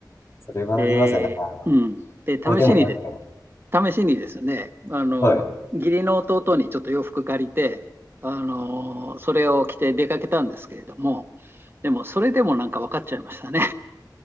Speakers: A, on the left; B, on the right.
A: それはありますね。
B: で、
A: なんか、
B: うん。で、
A: こうでも確かに。
B: 試しにで、試しにですね、あの、
A: はい。
B: 義理の弟にちょっと洋服借りて、あの、それを着て出かけたんですけれども、でも、それでもなんか分かっちゃいましたね。